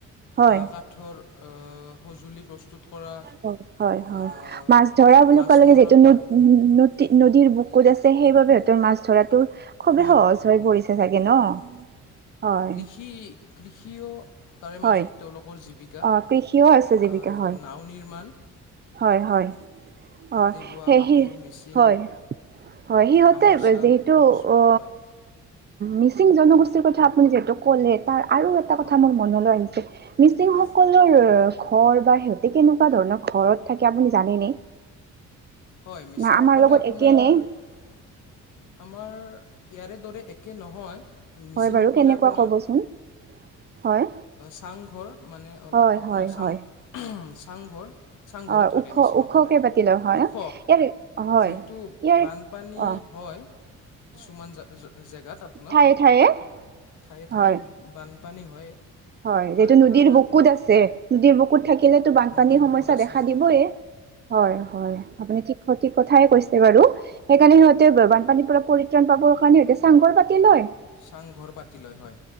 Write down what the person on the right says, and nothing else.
হয়।
হয়-হয়-হয়,
মাছ ধৰা বুলি
কোৱালেকে
যি তুমি
মোৰ তি নদীৰ বুকুত আছে সেইবাবে সিহতৰ মাছ ধৰাতো খুবেই
সহজ
হৈ পৰিছে চাগে ন'? হয়।
হয়।
অ, কৃষিও আছে জীৱিকা
হয়।
হয়-হয়,
হয়,
হেহিৰ
হয়। হয়। সিহঁতে
যিহেতু অ
মিচিং জনগোষ্ঠীৰ কথা আপুনি যিহেতু ক'লে তাৰ আৰু এটা কথা
মোৰ মনলৈ আহিছে, মিচিং
সকলৰ ঘৰ বা সিহতে কেনেকুৱা ধৰণৰ ঘৰত থাকে আপুনি জানেনে?
না আমাৰ
লগত
একে নে
হয় বাৰু কেনেকুৱা
ক'বচোন?
হয়
হয়
হয়
হয়
অ
ওখ
ওখকে
পাতি লয় হয়
ইয়াৰ হয়
ইয়াৰ
অ
ঠায়ে ঠায়ে
হয়
হয়,
যিহেতু নদীৰ
বুকুত
আছে, নদীৰ বুকুত থাকিলেতো বানপানী
সমস্যা
দেখা
দিবয়ে। হয়, হয় আপুনি ঠিক সঠিক কথাই কৈছে বাৰু। সেইকাৰনে সিহঁতে বে বানপানীৰ পৰা পৰিত্ৰাণ পাবৰ কাৰণে সিহঁতে চাং-ঘৰ পাতি লয়।